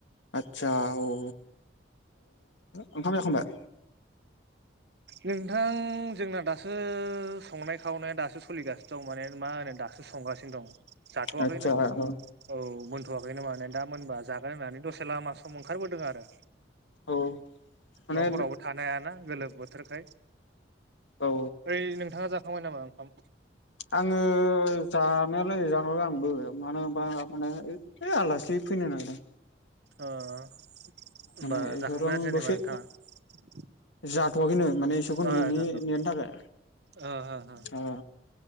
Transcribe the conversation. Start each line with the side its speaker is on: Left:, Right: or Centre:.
Left: आदसा औ ओ ओंखाम जाखांबाय?
Right: नोंथां जोंना दासो संनाय खावनाया दासो सोलिगासिनो दं माने मा होनो दासो संगासिनो दं जाथवाखैनो
Left: आदसा औ
Right: औ मोनथवाखैनो माने दा मोनबा जागोन होननानै दसे लामा सम ओंखारबोदों आरो
Left: औ माने
Right: नफोरावबो थानाय हायाना गोलोम बोथोरखाय
Left: औ
Right: ओइ नोंथाङा जाखांबाय नामा ओंखाम
Left: आंङो जानो जानरो आंबो मानो होना माने आलासि फैनो नागिरदों
Right: ओ होमबा
Left: माने इसोर
Right: जाखांबाय
Left: आं
Right: आरो जेनेबा
Left: दसे
Right: नोंथाङा?
Left: जाथवाखैनो माने इसोरखौ
Right: ओ
Left: नेनि
Right: जाथ'वाखै
Left: नेनो थाखाय
Right: ओ हो हो
Left: <inaudible> औ